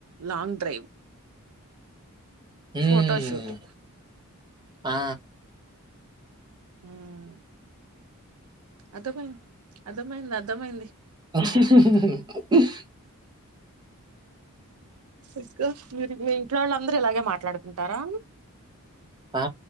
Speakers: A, on the right; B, on the right.
A: long drive
B: um
A: photoshoot
B: ఆ
A: ఊమ్ అర్థమైంది అర్థమైంది అర్థమైంది
B: ఉహ్ హ్మ్ హ్మ్
A: ఇంకా మీరు మీ ఇంట్లో వాళ్ళు అందరూ ఇలాగే మాట్లాడుకుంటారా
B: ఆ